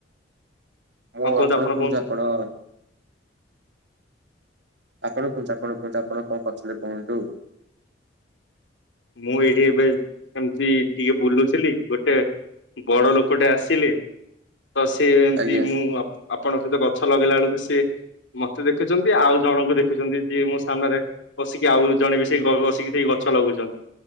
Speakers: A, on the right; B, on the left.
A: ମୁଁ
B: ହଁ କୁହନ୍ତୁ
A: ଆପଣକୁ
B: କୁହନ୍ତୁ
A: ଯା ଆପଣ ଆପଣ କୁହନ୍ତୁ? ଆପଣ କୁହନ୍ତୁ? ଆପଣ କଣ କରୁଥିଲେ କୁହନ୍ତୁ?
B: ମୁଁ ଏଇଠି ଏବେ କେମିତି ଟିଏ ବୁଲୁଥିଲି। ଗୋଟେ ବଡ ଲୋକଟେ ଆସିଲେ! ତ ସି ଏମତି
A: ଆଜ୍ଞା।
B: ମୁଁ ଆପ୍ ଆପଣଙ୍କ ସହିତ ଗଛ ଲଗେଇଲା ଅଳକୁ ସିଏ ମତେ ଦେଖୁଛନ୍ତି। ଆଉ ଜଣଙ୍କୁ ଦେଖୁଛନ୍ତି, ଯିଏ ମୋ ସାମ୍ନାରେ ବସିକି ଆଉ ଜଣେ ବି ସେଇ ବସିକି ସେଇ ଗଛ ଲଗଉଛନ୍ତି।